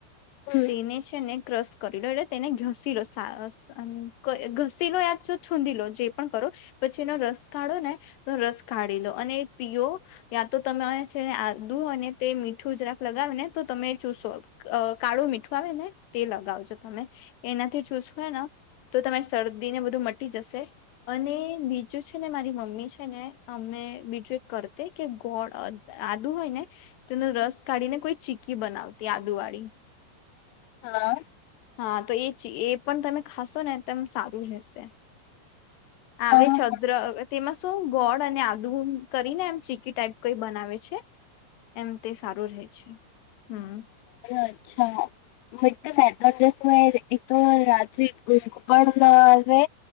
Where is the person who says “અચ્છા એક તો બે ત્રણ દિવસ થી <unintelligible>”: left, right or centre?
Left